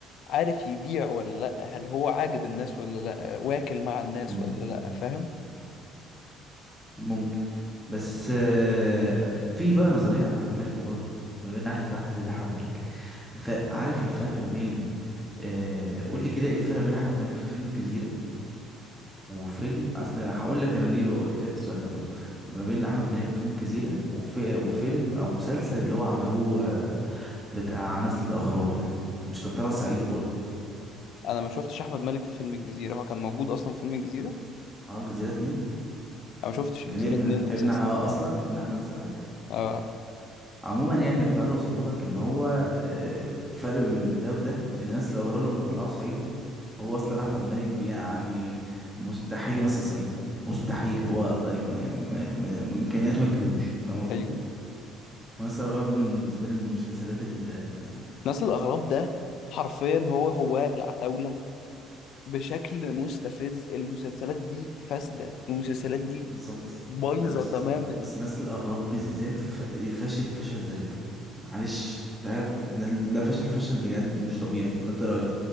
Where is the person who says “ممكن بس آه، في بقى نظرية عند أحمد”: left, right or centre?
Centre